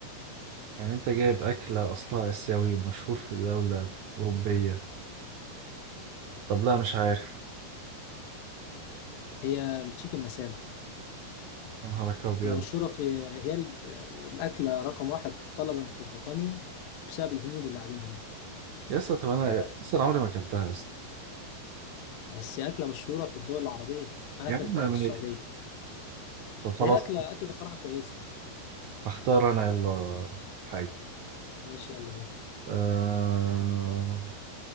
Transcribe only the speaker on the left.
هي التشيكن مسالة
هي مشهورة في هي ال- الأكلة رقم واحد طلبا في بريطانيا بسبب الهنود اللي قاعدين هناك
ف...
بس هي أكلة مشهورة في الدول العربية أنا
أكلتها
في السعودية
فهي أكلة أكلة صراحة كويسة يعني
ماشي يلا بينا